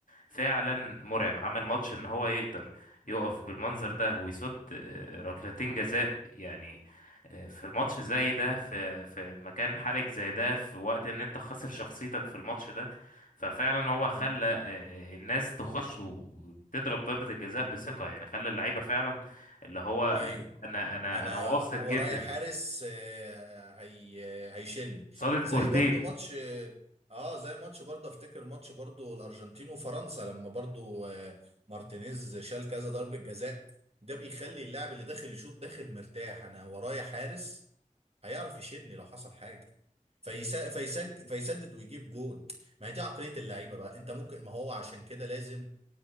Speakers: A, on the left (about 75°); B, on the right (about 50°).
A: فعلا مرعب عمل ماتش ان هو يقدر يقف بالمنظر
B: امم
A: ده ويصد آه، ركلتين جزاء يعني آه، في ماتش زي ده في في مكان حرج زي ده في وقت ان انت خسر شخصيتك في الماتش ده ففعلا هو
B: امم
A: خلى آه، آه، الناس تخش وتضرب ضربة الجزاء بثقة يعني خلى اللعيبة فعلا اللي هو
B: ايوه
A: انا انا
B: انا
A: انا واثق
B: ورايا
A: جدا
B: حارس آه، هي هيشيلني
A: صادت
B: زي
A: كورتين
B: برضو ماتش اه زي ماتش برضو افتكر ماتش برضو الارجنتين وفرنسا لما برضو آه، مارتينيز شال كذا ضربة جزاء ده بيخلي اللاعب اللي داخل يشوط داخل مرتاح انا ورايا حارس هيعرف يشيلني لو حصل حاجة فيسا- فيسج فيسدد ويجيب جون ما هي دي عقلية اللعيبة بقى انت ممكن ما هو عشان كده لازم